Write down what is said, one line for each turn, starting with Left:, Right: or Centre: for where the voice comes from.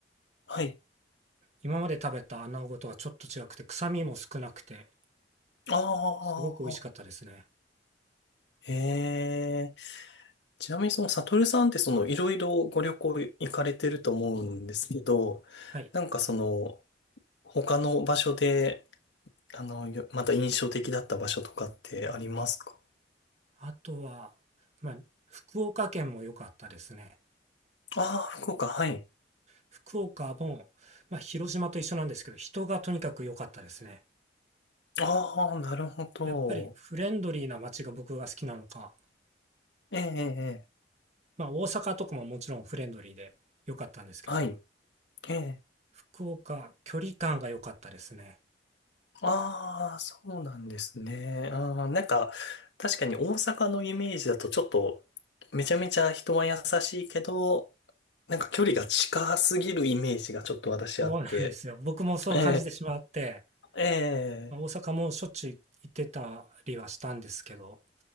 Left: はい。
Right: 今まで食べた穴子とはちょっと違くて、臭みも少なくて、
Left: ああ、
Right: すごく美味しかったですね。
Left: へえ。ちなみにその、サトルさんってその、いろいろご旅行行かれてると思うんですけど、
Right: はい。
Left: なんかその、他の場所で、あの、よまた印象的だった場所とかってありますか
Right: あとは、まあ、福岡県も良かったですね。
Left: ああー、福岡、はい。
Right: 福岡も、まあ、広島と一緒なんですけど、人がとにかく良かったですね。
Left: ああ、なるほど。
Right: やっぱりフレンドリーな街が僕が好きなのか、
Left: ええ、ええ、ええ
Right: まあ大阪とかももちろんフレンドリーで良かったんですけど、
Left: はい。ええ。
Right: 福岡、距離感が良かったですね。
Left: ああ、そうなんですね。あー、なんか、確かに大阪のイメージだとちょっと、めちゃめちゃ人は優しいけど、なんか距離が近すぎるイメージがちょっと私あって。
Right: そうなんですよ。僕もそう感じてしまって、
Left: ええ、え
Right: まあ大阪もしょっちゅう行ってたりはしたんですけど、